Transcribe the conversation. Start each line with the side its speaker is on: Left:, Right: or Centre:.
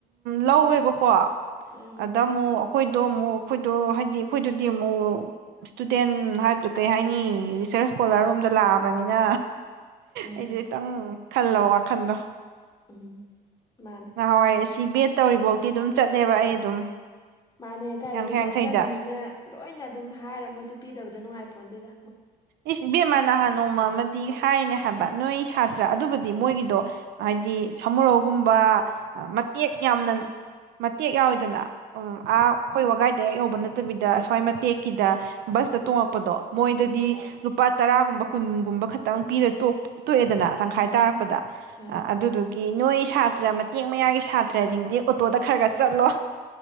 Right: ꯂꯧꯋꯦꯕꯀꯣ
Left: ꯎꯝ
Right: ꯑꯗ ꯑꯃꯨꯛ ꯑꯩꯈꯣꯏꯗꯣ ꯑꯃꯨꯛ ꯑꯩꯈꯣꯏꯗꯣ ꯍꯥꯏꯗꯤ ꯑꯩꯈꯣꯏꯗꯨꯗꯤ ꯑꯃꯨꯛ ꯏꯁꯇꯨꯗꯦꯟ ꯍꯥꯏꯗꯨ ꯀꯩ ꯍꯥꯏꯅꯤ ꯔꯤꯁꯔꯁ ꯁ꯭ꯀꯣꯂꯔ ꯔꯣꯝꯗ ꯂꯥꯛꯑꯕꯅꯤꯅ
Left: ꯎꯝ
Right: ꯑꯩꯁꯨꯦ ꯈꯤꯇꯪ ꯈꯜꯂꯣ ꯋꯥꯈꯟꯗꯣ
Left: ꯎꯝ ꯃꯥꯅꯦ
Right: ꯅꯍꯥꯟꯋꯥꯏ ꯑꯁꯤ ꯕꯦꯠ ꯇꯧꯔꯤ ꯐꯥꯎꯗꯤꯤ ꯑꯗꯨꯝ ꯆꯠꯂꯦꯕ ꯑꯩ ꯑꯗꯨꯝ
Left: ꯃꯥꯅꯦ ꯀꯥꯏꯗꯤ
Right: ꯌꯥꯡꯈꯩ
Left: ꯂꯥꯏꯔꯤꯛ
Right: ꯌꯥꯡꯈꯩꯗ
Left: ꯇꯝꯃꯤꯅ ꯂꯣꯏꯅ ꯑꯗꯨꯝ ꯍꯥꯏꯔ ꯃꯣꯏꯁꯨ ꯄꯤꯗꯕꯗꯣ ꯅꯨꯡꯉꯥꯏ ꯄꯣꯟꯗꯦꯗ
Right: ꯏꯁ ꯕꯦꯝꯃ ꯅꯍꯥꯟ ꯅꯣꯡꯃ ꯑꯃꯗꯤ ꯍꯥꯏꯅꯦ ꯍꯥꯏꯕ ꯅꯣꯏ ꯁꯥꯇ꯭ꯔ ꯑꯗꯨꯕꯨꯗꯤ ꯍꯥꯏꯗꯤ ꯃꯣꯏꯒꯤꯗꯣ ꯍꯥꯏꯗꯤ ꯁꯃꯨꯔꯧꯒꯨꯝꯕ ꯃꯇꯦꯛ ꯌꯥꯝꯅ ꯃꯠꯇꯦꯦꯛ ꯌꯥꯎ ꯏꯗꯅ ꯎꯝ ꯑꯥ ꯑꯩꯈꯣꯏ ꯋꯥꯒꯥꯏꯗ ꯑ ꯌꯧꯕ ꯅꯠꯇꯕꯤꯗ ꯑꯁ꯭ꯋꯥꯏ ꯃꯇꯦꯛꯀꯤꯗ ꯕꯁꯇ ꯇꯣꯡꯉꯛꯄꯗꯣ ꯃꯣꯏꯗꯗꯤ
Left: ꯎꯝ
Right: ꯂꯨꯄꯥ ꯇꯔꯥꯒꯨꯝꯕ ꯀꯨꯟꯒꯨꯝꯕ ꯈꯇꯪ ꯄꯤꯔ ꯇ ꯇꯣꯛꯑꯦꯗꯅ ꯇꯪꯈꯥꯏ
Left: ꯎꯝ
Right: ꯇꯥꯔꯛꯄꯗ
Left: ꯎꯝ
Right: ꯑꯗꯨꯗꯨꯒꯤ ꯅꯣꯏ ꯏꯁ ꯁꯥꯇ꯭ꯔ ꯃꯇꯦꯛ ꯃꯌꯥꯒꯤ ꯁꯥꯇ꯭ꯔꯁꯤꯡꯗꯤ ꯑꯣꯇꯣꯗ ꯈꯔ ꯈꯔ ꯆꯠꯂꯣ